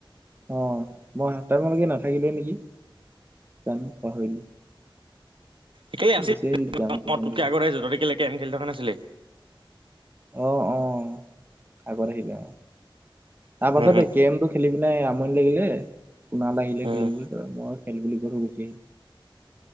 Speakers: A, on the right; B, on the right.
A: অ মই হাফটাইমলেকে নাথাকিলোৱে নেকি? জানো পাহৰিলো।
B: একে লগে আছিল
A: গুচি
B: <unintelligible>
A: আহিল তেতিয়া আকৌ টোপনি
B: তোতকে
A: ধৰিলে
B: আগত আহিছোঁ তহঁতি কেলে কেম খেলি থকা নাছিলি।
A: অঁ অঁ আগত আহিলি অঁ, তাৰপাছতে
B: উম
A: কেম টো খেলি পিনে আমনি লাগিলে, কুণাল আহিলে
B: উম
A: খেলুং বুলি তই মই খেল বুলি কৈ থৈ গুচি আহিলো।